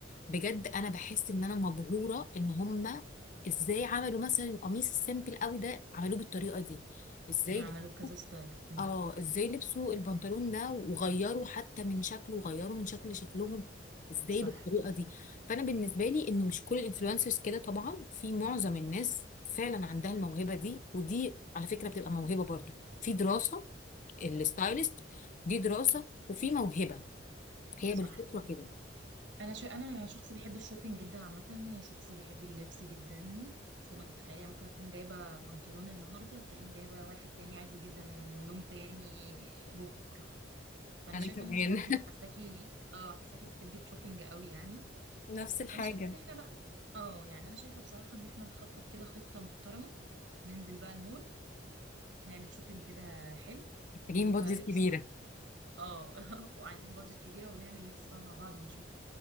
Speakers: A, on the left (about 45°); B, on the right (about 70°).
A: بجد انا بحس ان انا مبهوره ان هم ازاي عملوا مثلا القميص السيمبل قوي ده عملوه بالطريقه دي ازاي
B: بيعملوا كذا ستايل مم.
A: اه ازاي لبسوا البنطلون ده وغيروا حتى من شكله وغيروا من شكل شكلهم ازاي
B: صح
A: بالطريقه دي فانا بالنسبه لي ان مش كل الانفلونسرز كده طبعا في معظم الناس فعلا عندها الموهبه دي ودي على فكره بتبقى موهبه برضو في دراسه الستايلست دي دراسه وفي موهبه هي
B: صح
A: بالفطرة كده
B: انا ش... انا شخص بيحب الشوبينج جدا عامه وشخص بيحب اللبس جدا فوق ما تتخيلي يعني ممكن اكون جايبه بنطلون النهارده تلاقيني جايبه واحد تاني عادي جدا لون تاني بكره فانا
A: أنا
B: شايفه
A: كمان
B: ان انت برضو حساكي اه حساكي بتحبي الشوبينج قوي يعني
A: <laughs> نفس الحاجة
B: فانا شايفه ان احنا بقى اه يعني انا شايفه بصراحه ان احنا نخطط كده خطه محترمه ننزل بقى المول نعمل شوبينج كده حلو
A: محتاجين
B: نجيب
A: بادجت
B: بقى لبس
A: كبيرة
B: و... اه <laughs> وعايزين بادجت كبيره ونعمل لبس بقى مع بعض ونشوف